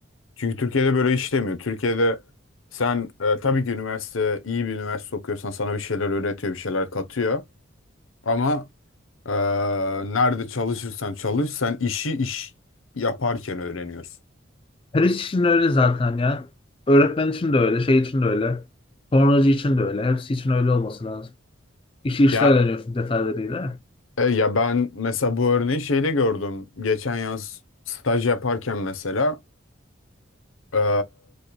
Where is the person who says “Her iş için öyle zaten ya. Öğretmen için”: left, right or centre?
Left